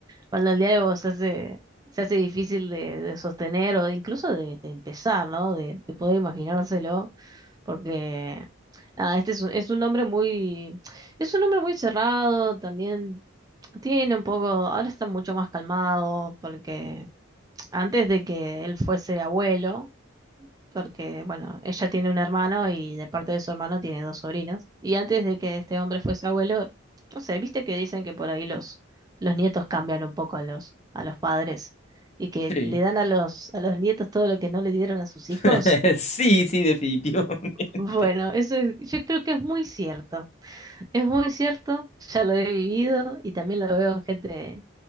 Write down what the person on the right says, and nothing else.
cuando el diálogo se hace, se hace difícil de, de sostener o incluso de, de empezar, ¿no? De, de poder imaginárselo, porque nada, este es un, es un hombre muy, es un hombre muy cerrado, también tiene un poco, ahora está mucho más calmado porque antes de que él fuese abuelo, porque, bueno, ella tiene un hermano y de parte de su hermano tiene dos sobrinos. Y antes de que este hombre fuese abuelo, no sé, viste que dicen que por ahí los, los nietos cambian un poco a los, a los padres y que
le dan a los, a los nietos todo lo que no le dieron a sus
hijos. <laughs>
Bueno, eso es- yo creo que es muy cierto. Es muy cierto, ya lo he vivido y también lo veo en gente,